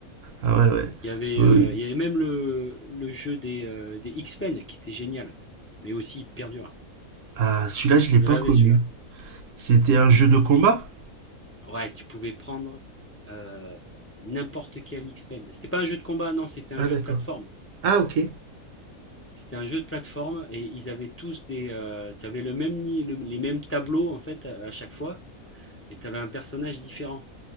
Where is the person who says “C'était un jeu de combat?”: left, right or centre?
Right